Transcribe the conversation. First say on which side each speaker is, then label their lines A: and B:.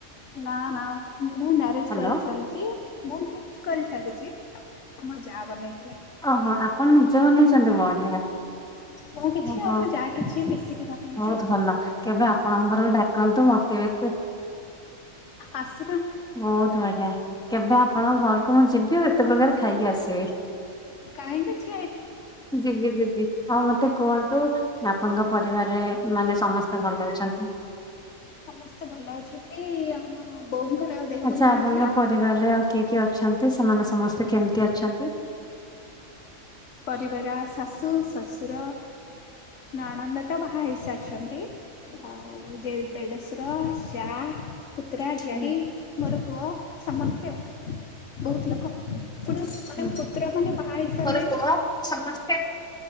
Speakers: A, on the left; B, in the centre.
A: ନା, ନା। ମୁଁ ମ୍ୟାରେଜ
B: ହ୍ୟାଲୋ
A: କରିସାରଛି ।ମୁଁ ମ୍ୟାରେଜ କରିସାରଛି। ମୋ ଯାଆ ବନେଇ
B: ଓହୋ ।ଆପଣ ନିଜେ ବନେଇଛନ୍ତି। ବୋଢିଆ।
A: ମୁଁ କିଛି
B: ଓହୋ।
A: ଆଉ ମୋ ଯା କିଛି ମିଶିକି
B: ବହୁତ
A: ବନେଇଛୁ ଆଉ
B: ଭଲ କେବେ ଆପଣଙ୍କ ଘରକୁ ଡାକନ୍ତୁ । ମତେ ବି ଏତେ
A: ଆସ
B: ବହୁତ ବଢିଆ। କେବେ ଆପଣଙ୍କ ଘରକୁ, ମୁଁ ଯିବି। ଏତେ ପ୍ରକାର ଖାଇକି ଆସିବି।
A: କହିଁକି?
B: ଯିବି, ଯିବି। ଆଉ ମତେ କୁହନ୍ତୁ ଆପଣଙ୍କ ପରିବାରରେ ମାନେ ସମସ୍ତେ ଭଲ ଅଛନ୍ତି।
A: ସମସ୍ତେ ଭଲ ଅଛନ୍ତି। ଆମ ବୋଉଙ୍କର ଦେହ
B: ଆଚ୍ଛା
A: ଭଲ ନଥିଲା।
B: ।ଆପଣଙ୍କ ପରିବାରରେ, ଆଉ କିଏ କିଏ ଅଛନ୍ତି। ସେମାନେ ସମସ୍ତେ କେମିତି ଅ ଅଛନ୍ତି।
A: ପରିବାର ଶାଶୁ ଶଶୁର ନଣନ୍ଦ ତ ବାହା ହେଇସାରିଛନ୍ତି। ଆଉ ଦେଢ଼ ଦେଢଶୁର ଯା ପୁତୁରା ଝିଆରୀ
B: ହୁଁ
A: ମୋର ପୁଅ ସମସ୍ତେ ଆଉ ବହୁତ ଲୋକ। ଏପଟେ ମାନେ
B: ହୁଁ।
A: ପୁତୁରାମାନେ ବାହା ହେଇସାରିଲେଣି
B: ମୋର ପୁଅ ସମସ୍ତେ